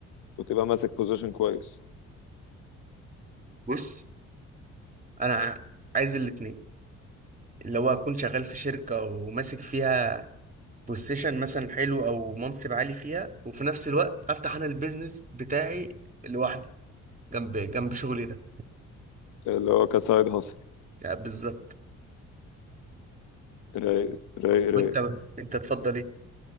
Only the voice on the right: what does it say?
بص انا عايز الاتنين اللي هو اكون شغال في شركه وماسك فيها بوزيشن مثلا حلو او منصب عالي فيها وفي نفس الوقت افتح انا البيزنس بتاعي لوحدي جنب جنب شغلي ده
يعني بالظبط
وانت انت تفضل ايه